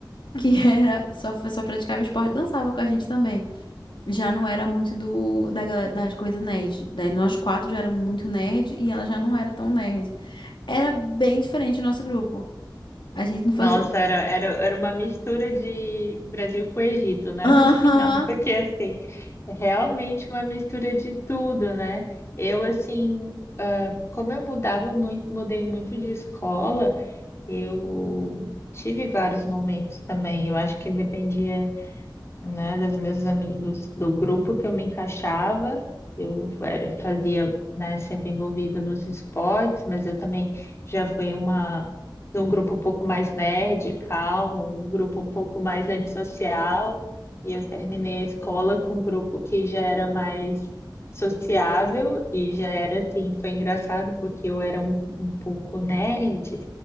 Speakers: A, on the left; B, on the left.
A: que <laughs> era só, só praticava esporte, dançava com a gente também. Já não era muito do da, gala- das coisas nerd. Daí nós quatro já éramos muito nerd e ela já não era tão nerd. Era bem diferente o nosso grupo. A gente não
B: Nossa,
A: fazia.
B: era, era, era uma mistura de Brasil com Egito, né?
A: Aham!
B: No final, <laughs> porque assim, é realmente uma mistura de tudo, né? Eu assim, ah, como eu mudava muito, mudei muito de escola, eu tive vários momentos também. Eu acho que dependia né, dos meus amigos, do grupo que eu me encaixava. Eu era, fazia, né, sempre envolvida nos esportes, mas eu também já fui uma de um grupo um pouco mais nerd, calmo, um grupo um pouco mais antissocial, e eu terminei a escola com um grupo que já era mais sociável e já era assim, foi engraçado porque eu era um, um pouco nerd,